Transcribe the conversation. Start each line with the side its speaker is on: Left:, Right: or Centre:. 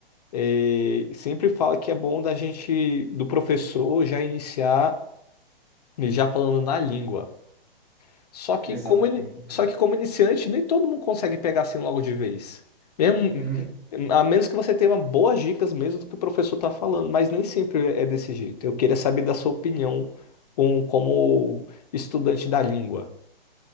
Left: eh, sempre fala que é bom da gente, do professor, já iniciar né, já falando na língua. Só que
Right: Exato.
Left: como, ini-
Right: Entendo.
Left: só que como iniciante, nem todo mundo consegue pegar assim logo de vez. Mesmo,
Right: Uhum.
Left: a menos que você tenha boas dicas mesmo do que o professor está falando, mas nem sempre é é desse jeito. Eu queria saber da sua opinião com, como estudante da língua.